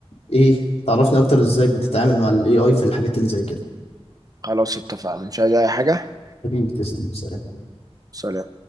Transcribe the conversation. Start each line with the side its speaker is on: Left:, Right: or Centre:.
Left: ايه تعرفني اكتر ازاي بتتعامل مع الاي اي في الحاجات اللي زي كده
Right: خلاص اتفقنا مش عايز اي حاجة
Left: حبيبي تسلم سلام
Right: سلام